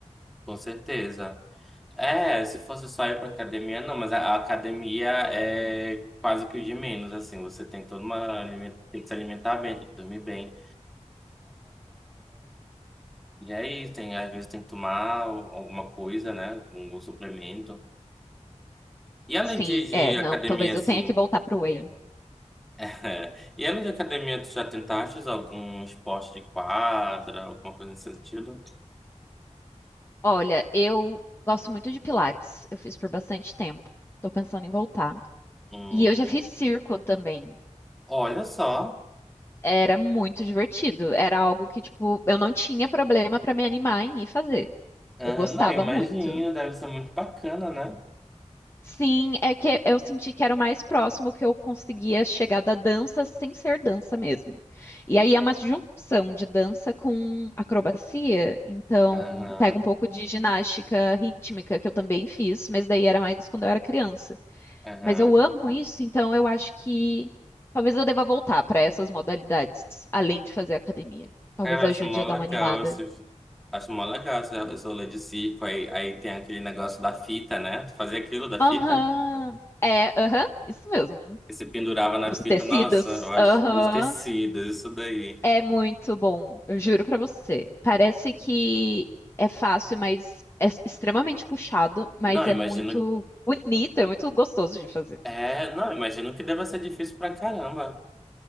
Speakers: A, in the centre; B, on the left (about 20°).
A: com certeza. É, se fosse só ir pra academia, não, mas a, a academia é quase que o de menos, assim. Você tem toda uma. aliment- Tem que se alimentar bem, tem que dormir bem. E aí, tem, às vezes tem que tomar al- alguma coisa, né? Um suplemento. E além
B: Sim,
A: de, de
B: é, não,
A: academia,
B: talvez
A: assim.
B: eu tenha que voltar pro Whey.
A: <laughs> E além de academia, tu já tentaste algum esporte de quadra, alguma coisa nesse sentido?
B: Olha, eu gosto muito de Pilates, eu fiz por bastante tempo. Tô pensando em voltar.
A: Hum,
B: E eu já fiz circo também.
A: olha só.
B: Era muito divertido, era algo que, tipo, eu não tinha problema para me animar em ir fazer.
A: Aham,
B: Eu gostava
A: Não, eu imagino,
B: muito.
A: deve ser muito bacana, né?
B: Sim, é que eu senti que era o mais próximo que eu conseguia chegar da dança sem ser dança mesmo. E aí é uma junção de dança com acrobacia, então
A: Aham,
B: pega um pouco de ginástica rítmica que eu também fiz, mas daí era mais quando eu era criança.
A: aham.
B: Mas eu amo isso, então eu acho que talvez eu deva voltar para essas modalidades, além de fazer academia. Talvez
A: Cara,
B: ajude
A: acho mó
B: a
A: legal
B: dar uma animada.
A: esse Acho mó legal esse esse rolê de circo. Aí, aí tem aquele negócio da fita, né? Tu fazia aquilo da fita?
B: Aham. É, aham, isso mesmo.
A: E você pendurava na
B: Dos
A: fita,
B: tecidos.
A: nossa, eu acho
B: Aham.
A: os tecidos, isso daí.
B: É muito bom, eu juro pra você. Parece que é fácil, mas é extremamente puxado, mas
A: Não, imagino.
B: é muito bonito, é muito gostoso de fazer.
A: É, não, imagino que deva ser difícil pra caramba.